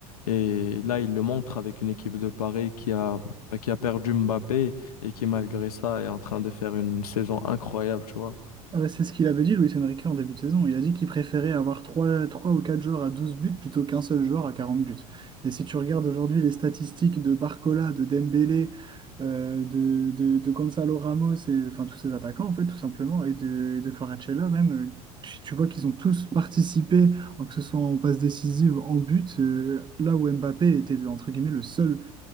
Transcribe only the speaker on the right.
Euh, c'est ce qu'il avait dit, Luis Enrique, en début de saison. Il a dit qu'il préférait avoir trois, trois ou 4 joueurs à 12 buts plutôt qu'un seul joueur à 40 buts. Et si tu regardes aujourd'hui les statistiques de Barcola, de Dembélé, euh, de, de, de Gonzalo Ramos, et, enfin tous ces attaquants, en fait, tout simplement, et de, et de Kvaratskhelia même, euh, tu, tu vois qu'ils ont tous participé, que ce soit en passe décisive, en but, euh, là où Mbappé était, entre guillemets, le seul,